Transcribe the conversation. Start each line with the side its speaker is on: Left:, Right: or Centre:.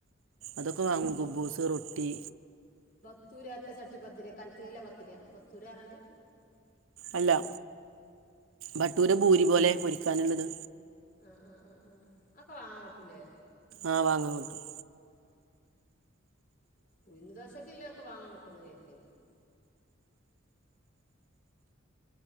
Right: അതൊക്കെ വാങ്ങും
Left: ബത്ത്
Right: കുബ്ബുസ് റൊട്ടി
Left: ബത്തൂരത്തെ ചട്ടി പത്തിരിയാ കനത്തില്ല്ല പത്തത്തിരിയാ ബത്തൂരറണെ
Right: അല്ല ഭട്ടൂര് ഭൂരി പോലെ പൊരിക്കാന്ള്ളത്
Left: ആഹ് ആഹ് ആഹ് ആഹ് അത‌ക്കെ വാങ്ങാകിട്ടൂല്ലെ
Right: ആഹ് വാങ്ങാകിട്ടും
Left: ഉയ്ന്ന് ദോശ‌ക്കെ ഇല്ലൊക്കെ വാങ്ങാൻ കിട്ടുന്ന് കേക്കണ്ണ്ട്